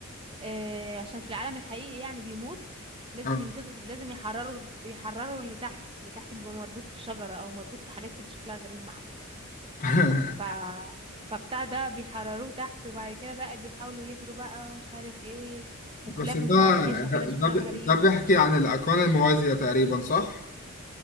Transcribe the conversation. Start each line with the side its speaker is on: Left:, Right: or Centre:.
Right: آه عشان في العالم الحقيقي يعني بيموت لازم
Left: اه
Right: ينقذوا لازم يحرروا يحرروا اللي تحت اللي تحت بيبقى مربوط في شجرة أو مربوط في حاجات كده شكلها غريب معرفش
Left: <laughs>
Right: ف... فبتاع ده بيحرروه تحت وبعد كده بقى بيحاولوا يجروا بقى ومش عارف ايه
Left: بس
Right: وكلاب
Left: ده
Right: متوحشة كده شكلها
Left: ده
Right: غريب
Left: ده بيحكي عن الاكوان الموازية تقريبا صح